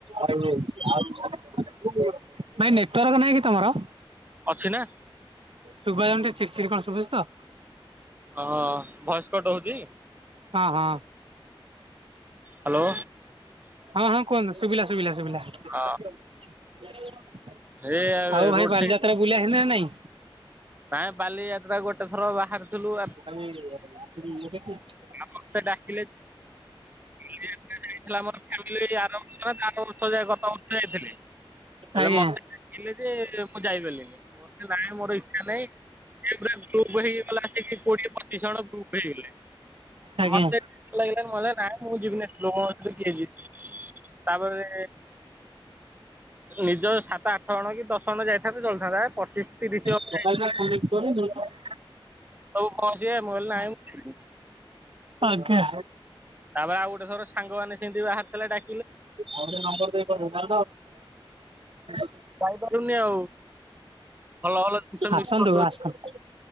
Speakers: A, on the right; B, on the right.
A: ନାଇଁ ନେଟୱାର୍କ ନାଇଁ କି ତମର?
B: ଅଛି ନା
A: ଶୁଭା ଯାଉନି ଟିକେ ଚିଡ଼ିଚିଡି କଣ ଶୁଭୁଛି ତ।
B: ଓ ଭଏସକଟ୍ ହଉଛି?
A: ହଁ ହଁ
B: ହାଲୋ
A: ହଁ ହଁ କୁହନ୍ତୁ ଶୁଭିଲା ଶୁଭିଲା ଶୁଭିଲା।
B: ହଁ
A: ଆଉ
B: ଏ
A: ଭାଇ
B: ରୋଡ
A: ବାଲିଯାତ୍ରା ବୁଲିବା ହେଲେ ନାଇଁ?
B: କ ବାଲିଯାତ୍ରା ଗୋଟେ ଥର ବାହାରିଥିଲୁ?
A: <unintelligible>
B: ଆତ ଡାକିଲେ ଯାଇଥିଲା ଆମର ଫାମିଲି ଆର ତାର ବର୍ଷ ଯାଏ ଗତ ବର୍ଷ ଯାଇଥିଲେ
A: ଆଜ୍ଞା।
B: ମତେ ହେଲେ ଯେ ମୁଁ ଯାଇପାରିଲିନି, ମୋ ନାଁ ମୋର ଇଚ୍ଛା ନାହିଁ ଗ ହେଇଗଲା। କୋଡିଏ ପଚିଶ ଜଣ ଗ୍ରୁପ ହେଇଗଲେ,
A: ଆଜ୍ଞା
B: ମତେ ଲାଗ ମ ନା ମୁଁ ଯିବିନିିଲୋ କି ଯିବ ତାପରେ ନିଜ ସାତ ଆଠ ଜଣ କି ଦଶ ଜଣ ଯାଇଥାନ୍ତ ଚଳିଥାନ୍ତା, ପଚିଶ ତିରିଶି ଜଣ।
A: <unintelligible>
B: ଯାଇଥିଲେ ସବୁ ପହଞ୍ଚିବେ ମୁଁ କହିଲି ନାହିଁ।
A: ଆଜ୍ଞା
B: ତାପରେ ଆଉ ଗୋଟେ ଥର ସାଙ୍ଗମାନେ ସେମତି ବାହାର ଥିଲା ଡା
A: ଆଉ ଟେ ନମ୍ବର ଦେଇ କରିବ <unintelligible>
B: ପାଇପାରୁନି ଆଉ, ଭଲ ଭଲ ଜିନିଷ
A: ଆସନ୍ତୁ
B: ମିସ୍ କରିଦଉଛି।
A: ଆସନ୍ତୁ।